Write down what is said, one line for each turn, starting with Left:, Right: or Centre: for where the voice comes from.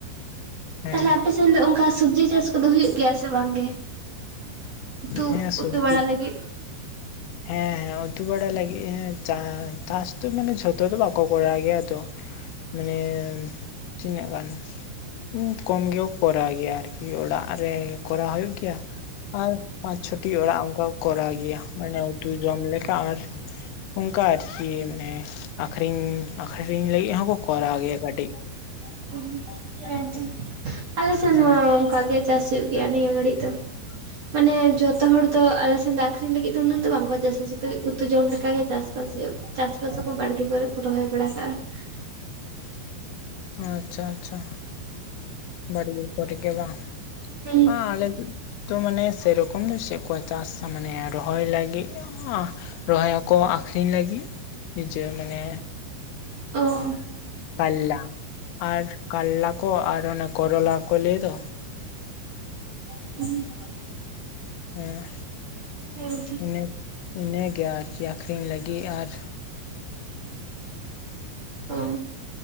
Left: ᱦᱮᱸ
Right: ᱛᱟᱞᱦᱮ ᱟᱯᱮ ᱥᱮ ᱥᱮᱱ ᱫᱚ ᱚᱝᱠᱟ ᱥᱩᱵᱡᱤ ᱪᱟᱥ ᱠᱚᱫᱚ ᱦᱩᱭᱩᱜ ᱜᱮᱭᱟ ᱥᱮ ᱵᱟᱝ ᱜᱮ ᱩᱛᱩ
Left: ᱦᱮᱸ ᱥᱚᱵᱡᱤ
Right: ᱩᱛᱩ ᱵᱟᱲᱟ ᱞᱟᱹᱜᱤᱫ?
Left: ᱦᱮᱸ, ᱦᱮᱸ, ᱩᱛᱩ ᱵᱟᱲᱟ ᱞᱟᱹᱜᱤᱫ ᱦᱮᱸ ᱪᱟ ᱪᱟᱥ ᱫᱚ ᱢᱟᱱᱮ ᱡᱷᱚᱛᱚ ᱫᱚ ᱵᱟᱠᱚ ᱠᱚᱨᱟᱣ ᱜᱮᱭᱟ ᱛᱚ᱾ ᱢᱟᱱᱮ ᱛᱤᱱᱟᱹᱜ ᱜᱟᱱ ᱩᱸ ᱠᱚᱢ ᱜᱮᱠᱚ ᱠᱚᱨᱟᱣ ᱜᱮᱭᱟ ᱟᱨᱠᱤ ᱚᱲᱟᱜ ᱨᱮ ᱠᱚᱨᱟᱣ ᱦᱩᱭᱩᱜ ᱜᱮᱭᱟ᱾ ᱟᱨ ᱯᱟᱸᱪ ᱪᱷᱚᱴᱤ ᱚᱲᱟᱜ ᱚᱝᱠᱚ ᱠᱚ ᱠᱚᱨᱟᱣ ᱜᱮᱭᱟ᱾ ᱢᱟᱱᱮ ᱩᱛᱩ ᱡᱚᱢ ᱞᱮᱠᱟ ᱟᱨ ᱚᱱᱠᱟ ᱟᱨᱠᱤ ᱢᱟᱱᱮ ᱟᱠᱷᱨᱤᱧ ᱟᱠᱷᱨᱤᱧ ᱞᱟᱹᱜᱤᱫ ᱦᱚᱸᱠᱚ ᱠᱚᱨᱟᱣ ᱜᱮᱭᱟ ᱠᱟᱹᱴᱤᱡ᱾
Right: <unintelligible> ᱦᱮᱸ ᱛᱚ, ᱟᱞᱮ ᱥᱮᱱ
Left: ᱦᱮᱸ
Right: ᱦᱚᱸ ᱚᱝᱠᱟ ᱜᱮ ᱪᱟᱥ ᱦᱩᱭᱩᱜ ᱜᱮᱭᱟ ᱱᱤᱭᱟᱹ ᱜᱷᱟᱹᱲᱤᱡ ᱫᱚ᱾ ᱢᱟᱱᱮ ᱡᱚᱛᱚ ᱦᱚᱲ ᱫᱚ ᱟᱞᱮ ᱥᱮᱱ ᱫᱚ ᱟᱠᱷᱨᱤᱧ ᱞᱟᱹᱜᱤᱫ ᱫᱚ ᱩᱱᱟᱹᱜ ᱫᱚ ᱵᱟᱝ ᱠᱚ ᱪᱟᱥᱟ ᱥᱩᱫᱩ ᱩᱛ ᱛᱩ ᱡᱚᱢ ᱞᱮᱠᱟ ᱜᱮ ᱪᱟᱥᱵᱟᱥ ᱦᱩᱭᱩᱜ, ᱪᱟᱥᱵᱟᱥ ᱟᱠᱚ ᱵᱟᱲᱜᱮ ᱠᱚᱨᱮ ᱠᱚ ᱨᱚᱦᱚᱭ ᱵᱟᱲᱟ ᱠᱟᱜᱼᱟ᱾
Left: ᱟᱪᱪᱷᱟ, ᱟᱪᱪᱷᱟ, ᱵᱟᱲᱜᱮ ᱠᱚᱨᱮ ᱜᱮ ᱵᱟᱝ᱾
Right: ᱦᱩᱸ
Left: ᱟᱸ ᱟᱞᱮᱥᱮ ᱫᱚ ᱢᱟᱱᱮ ᱥᱮᱨᱚᱠᱚᱢ ᱫᱚ ᱪᱮᱫ ᱠᱚ ᱪᱟᱥᱟ ᱢᱟᱱᱮ ᱨᱚᱦᱚᱭ ᱞᱟᱹᱜᱤᱫ ᱟᱸ ᱨᱚᱦᱚᱭ ᱟᱠᱚ ᱟᱠᱷᱨᱤᱧ ᱞᱟᱹᱜᱤᱫ ᱱᱤᱡᱟᱹ ᱢᱟᱱᱮ
Right: ᱚ,
Left: ᱠᱟᱞᱞᱟ, ᱟᱨ ᱠᱟᱞᱞᱟ ᱠᱚ ᱟᱨ ᱚᱱᱟ ᱠᱚᱨᱚᱞᱟ ᱠᱚ ᱞᱟᱹᱭ ᱫᱚ᱾
Right: <inaudible>
Left: ᱮᱸ,
Right: ᱦᱮᱸ ᱛᱚ
Left: ᱤᱱᱟᱹ ᱤᱱᱟᱹ ᱜᱮ ᱟᱨ ᱪᱮ ᱟᱠᱷᱨᱤᱧ ᱞᱟᱹᱜᱤᱫ ᱟᱨ
Right: ᱚᱸ᱾